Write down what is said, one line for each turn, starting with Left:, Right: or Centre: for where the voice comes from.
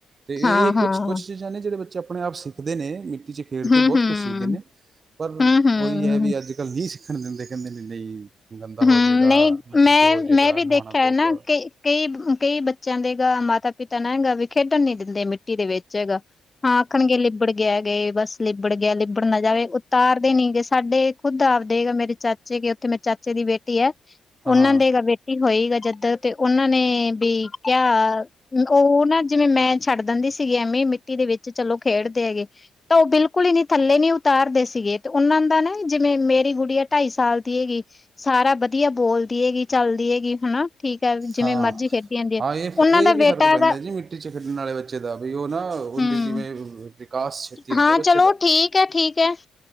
Right: ਤੇ
Left: ਹਾਂ-ਹਾਂ,
Right: ਇਹ ਕੁਛ ਕੁਛ ਚੀਜ਼ਾਂ ਨੇ ਜਿਹੜੇ ਬੱਚੇ ਆਪਣੇ ਆਪ ਸਿੱਖਦੇ ਨੇ ਮਿੱਟੀ ਚ ਖੇਡ
Left: ਹੂੰ-ਹੂੰ,
Right: ਕੇ ਬਹੁਤ ਕੁਛ ਸਿੱਖਦੇ ਨੇ। ਪਰ
Left: ਹੂੰ-ਹੂੰ।
Right: ਉਹੀ ਹੈ ਵੀ ਅੱਜ-ਕੱਲ ਨਹੀਂ ਸਿੱਖਣ ਦਿੰਦੇ ਕਹਿੰਦੇ ਨੇ ਨਈ, ਗੰਦਾ
Left: ਹੂੰ,
Right: ਹੋ ਜਾਏਗਾ
Left: ਨਹੀਂ
Right: ਮਿੱਟੀ
Left: ਮੈਂ
Right: ਚ ਹੋ ਜਾਏਗਾ
Left: ਮੈਂ ਵੀ
Right: ਨਹਾਉਣਾ,
Left: ਦੇਖਿਆ
Right: ਪਊਗਾ
Left: ਹੈ ਨਾ ਕਈ ਕਈ ਕਈ ਬੱਚਿਆਂ ਦੇਗਾ ਮਾਤਾ ਪਿਤਾ ਨਾ ਹੈਗਾ ਵੀ ਖੇਡਣ ਨੀ ਦਿੰਦੇ ਮਿੱਟੀ ਦੇ ਵਿੱਚ ਹੈਗਾ, ਹਾਂ ਆਖਣਗੇ ਲਿਬਡ ਗਿ ਗਏ ਬਸ ਲਿਬੜ ਗਿਆ ਲਿਬੜ ਨਾ ਜਾਵੇ ਉਤਾਰਦੇ ਨੀ ਗਏ ਸਾਡੇ ਖੁੱਦ ਆਬਦੇ ਗਾ ਮੇਰੇ ਚਾ ਚਾਚੇ ਉੱਥੇ ਮੇਰੇ ਚਾਚੇ ਦੀ ਬੇਟੀ ਹੈ ਉਹਨਾਂ
Right: ਹਾਂ ਹਾਂ
Left: ਦੇ ਬੇ ਹੋਈ ਜਿੱਦ ਤੇ ਉਹਨਾਂ ਨੇ ਵੀ ਕਿਆ, ਉਹ ਨਾ ਜਿਵੇਂ ਮੈਂ ਛੱਡ ਦਿੰਦੀ ਸੀਗੀ ਐਵੇਂ ਮਿੱਟੀ ਦੇ ਵਿੱਚ ਚਲੋ ਖੇਡਦੇ ਹੈਗੇ, ਤਾਂ ਉਹ ਬਿਲਕੁਲ ਹੀ ਨੀ ਥੱਲੇ ਨੀ ਉਤਾਰਦੇ ਸੀਗੇ ਤੇ ਉਹਨਾਂ ਦਾ ਨਾ ਜਿਵੇਂ ਮੇਰੀ ਗੁੜੀਆ ਢਾਈ ਸਾਲ ਦੀ ਹੈਗੀ, ਸਾਰਾ ਵਧੀਆ ਬੋਲਦੀ ਐ ਗੀ ਚੱਲਦੀ ਐ ਗੀ ਹਨਾ, ਠੀਕ ਹੈ ਜਿਵੇਂ
Right: ਹਾਂ,
Left: ਮਰਜ਼ੀ ਖੇਡੀ ਜਾਂਦੀ ਹੈ
Right: ਹਾਂ ਇਹ
Left: ਉਹਨਾਂ
Right: ਇਹ
Left: ਦਾ
Right: ਵੀ
Left: ਬੇਟਾ
Right: ਫ਼ਰਕ ਪੈਂਦਾ
Left: ਦਾ
Right: ਜੀ ਮਿੱਟੀ ਚ ਖੇਡਣ ਵਾਲੇ ਬੇ ਬੱਚੇ ਦਾ ਬੀ ਉਹ ਨਾ ਉਹਦੀ
Left: ਹਮ
Right: ਜਿਵੇਂ ਵਿਕਾਸ ਛੇਤੀ ਹੁੰਦਾ
Left: ਹਾਂ ਚਲੋ
Right: ਬੱਚੇ ਦਾ,
Left: ਠੀਕ ਹੈ ਠੀਕ ਹੈ